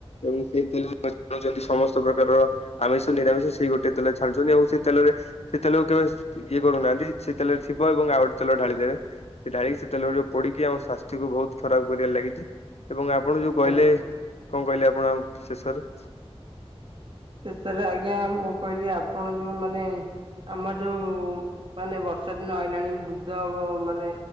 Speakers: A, on the left; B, on the right.
A: ଏବଂ ସେଇଥିରେ ସମସ୍ତେ ସବୁ ପ୍ରକାରର ଆମିଷ, ନିରାମିଷ ସେଇ ଗୋଟେ ତେଲରେ ଛାଡୁଛନ୍ତି ଏବଂ ସେ ତେଲରେ ସେ ତେଲକୁ କେବେ ଇଏ କରୁନାହାନ୍ତି ସେଇ ତେଲରେଥିବ ଏବଂ ଆଉ ଗୋଟେ ତେଲ ଢାଳି ଦେବେ। ସେ ଢାଳିକି ସେ ତେଲକୁ ପୋଡିକି ଆମ ସ୍ୱାସ୍ଥ୍ୟକୁ ବହୁତ ଖରାପ କରିବାରେ ଲାଗିଛି ଏବଂ ଆପଣ ଯୋଉ କହିଲେ
B: ଆଜ୍ଞା।
A: କଣ କହିଲି ଆପଣ ଆମକୁ ଶେଷରେ?
B: ଶେଷରେ ଆଜ୍ଞା ମୁଁ କହିଲି ଆପଣ ଯୋଉ ମାନେ ଆମ ଯୋଉ ମାନେ ବର୍ଷା ଦିନ ଆଇଲାଣି ବୃଦ୍ଧମାନେ